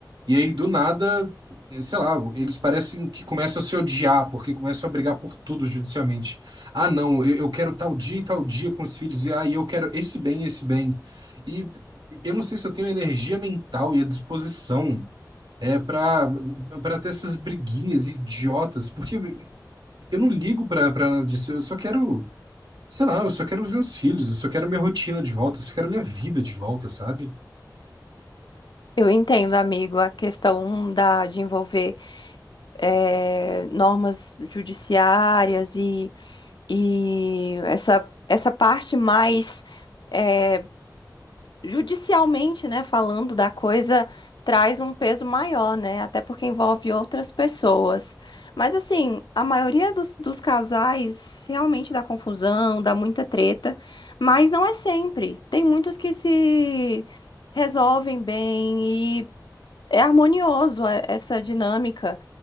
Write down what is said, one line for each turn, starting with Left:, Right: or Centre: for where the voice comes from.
Right: e aí do nada, eh, sei lá, eles parecem que começam a se odiar, porque começam a brigar por tudo judicialmente. Ah, não, eu, eu quero tal dia e tal dia com os filhos, e ah, e eu quero esse bem e esse bem. E eu não sei se eu tenho a energia mental e a disposição é pra, pra ter essas briguinhas idiotas, porque eu não ligo pra, pra nada disso, eu só quero, sei lá, eu só quero os meus filhos, eu só quero minha rotina de volta, eu só quero minha vida de volta, sabe?
Left: Eu entendo, amigo, a questão da, de envolver. eh, normas judiciárias e, e essa, essa parte mais eh, judicialmente, né, falando da coisa, traz um peso maior, né? Até porque envolve outras pessoas. Mas assim, a maioria dos, dos casais realmente dá confusão, dá muita treta, mas não é sempre. Tem muitos que se resolvem bem é harmonioso é- essa dinâmica.